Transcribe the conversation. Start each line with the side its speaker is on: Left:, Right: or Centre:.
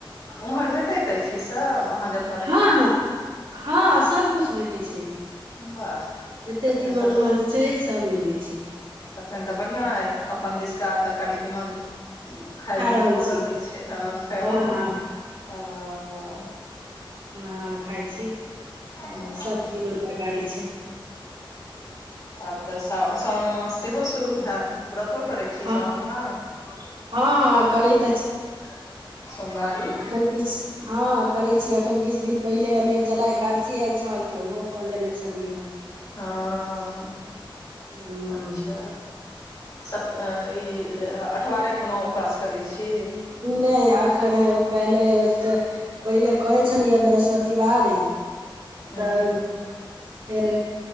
Left: ओम्हर भेटैत अछि ई सभ अहाँ ज
Right: हँ हँ <inaudible> हँ सबकुछु भेटैत छै <inaudible>
Left: वाह
Right: जते
Left: तखन
Right: तीमन
Left: तऽ
Right: उमन
Left: बड़
Right: छै सब मिलै छै
Left: तखन तऽ बढ़ियां यै अपन दिसका तरकारी तीमन खाय
Right: खा
Left: में
Right: रहल
Left: नीको लगै
Right: छी
Left: छै ह खा
Right: हँ हँ
Left: <unintelligible>
Right: हँ खाय छी <inaudible>
Left: हँ।
Right: सब तीमन तरकारी छै
Left: आब तऽ सा साओन मास सेहो शुरू हैत व्रत तो करै छी
Right: हँ
Left: साउन में
Right: हँ हँ
Left: <inaudible>
Right: करैत
Left: सोमवारी
Right: एखन किछ हँ करै छीय एखन किछ दिन पहिले निर्जला एकादशी आयल छल तऽ ओहो कऽ लेने छलियै
Left: हँ
Right: हूँ,
Left: <inaudible> अच्छा सप <unintelligible> ई अठवारे कोनो उपवास करै छी
Right: नै अखन पहिले तऽ पहिले करै छलियै बृहस्पतिवारी <unintelligible>
Left: हूँ
Right: फेर